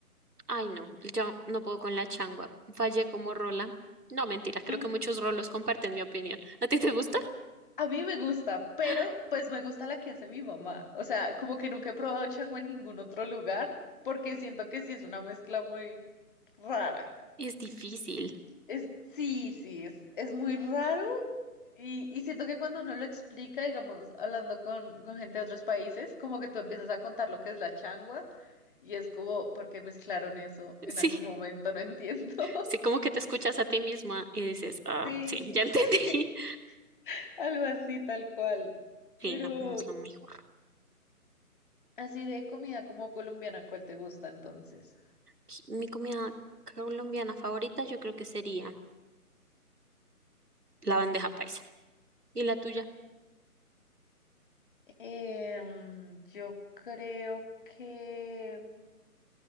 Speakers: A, on the right; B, on the left.
A: Ay, no, yo no puedo con la changua. Fallé como rola. No, mentira,
B: No,
A: creo que muchos rolos comparten mi opinión. ¿A ti te gusta?
B: a mí me gusta, pero
A: <gasps>
B: pues me gusta la que hace mi mamá. O sea, como que nunca he probado changua en ningún otro lugar, porque siento que sí es una mezcla muy rara.
A: Es difícil.
B: Es, sí, sí, es, es muy raro y, y siento que cuando uno lo explica, digamos, hablando con, con gente de otros países, como que tú empiezas a contar lo que es la changua y es como, ¿por qué mezclaron eso en
A: Sí,
B: algún momento? No entiendo. <laughs>
A: Sí, como que te escuchas a ti misma y dices, ah,
B: Sí,
A: sí, ya entendí.
B: <laughs>
A: <laughs>
B: algo así tal cual.
A: Sí,
B: Pero
A: no, no es lo mejor.
B: así de comida como colombiana, ¿cuál te gusta entonces?
A: Sí, Mi comida colombiana favorita yo creo que sería la bandeja paisa. ¿Y la tuya?
B: Em, yo creo que